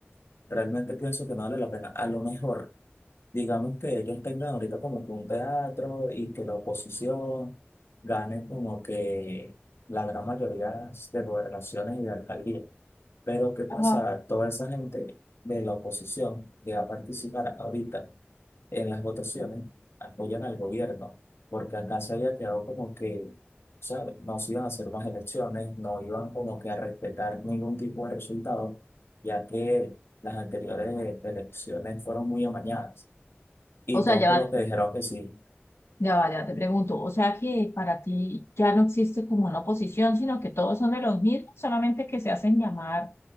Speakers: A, on the left; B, on the left.
A: realmente pienso que no vale la pena. A lo mejor, digamos que ellos tengan ahorita como que un teatro y que la oposición gane como que la gran mayoría de gobernaciones y de alcaldías. Pero ¿qué pasa?
B: Ajá.
A: Toda esa gente de la oposición que va a participar ahorita en las votaciones apoyan al gobierno, porque acá se había quedado como que, ¿sabes? No se iban a hacer más elecciones, no iban como que a respetar ningún tipo de resultado, ya que las anteriores elecciones fueron muy amañadas y
B: O sea,
A: todos
B: ya
A: por
B: va,
A: lo que dijeron que sí.
B: ya va, ya te pregunto. O sea que para ti ya no existe como una oposición, sino que todos son de los mismos, solamente que se hacen llamar